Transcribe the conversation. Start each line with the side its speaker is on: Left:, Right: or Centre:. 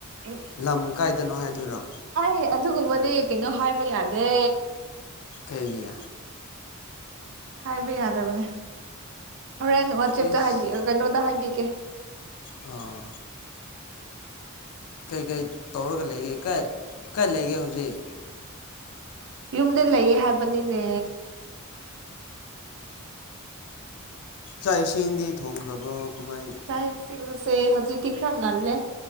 Right: ꯑꯦ
Left: ꯂꯝ ꯀꯥꯏꯗꯅꯣ ꯍꯥꯏꯗꯣꯏꯔꯣ
Right: ꯑꯥꯏ ꯑꯗꯨꯒꯨꯝꯕꯗꯤ ꯀꯩꯅꯣ ꯍꯥꯏꯕ ꯌꯥꯗꯦ
Left: ꯀꯩꯒꯤ
Right: ꯍꯥꯏꯕ ꯌꯥꯗꯕꯅꯦ ꯍꯣꯔꯦꯟ ꯋꯥꯆꯦꯞꯇ
Left: ꯏꯁ
Right: ꯍꯥꯏꯕꯤ ꯀꯩꯅꯣꯗ ꯍꯥꯏꯕꯤꯒꯦ
Left: ꯑꯥ ꯀꯩ ꯀꯩ ꯇꯧꯔꯒ ꯂꯩꯒꯦ ꯀꯥꯏ ꯀꯥꯏ ꯂꯩꯒꯦ ꯍꯧꯖꯤꯛ
Right: ꯌꯨꯝꯗ ꯂꯩꯌꯦ ꯍꯥꯏꯕꯅꯤꯅꯦ
Left: ꯆꯥꯛ ꯏꯁꯤꯡꯗꯤ ꯊꯣꯡꯈ꯭ꯔꯕ꯭ꯔꯣ ꯀꯃꯥꯏ
Right: ꯆꯥꯛ ꯏꯁꯤꯡꯁꯦ ꯍꯧꯖꯤꯛꯇꯤ ꯈꯔ ꯉꯜꯂꯦ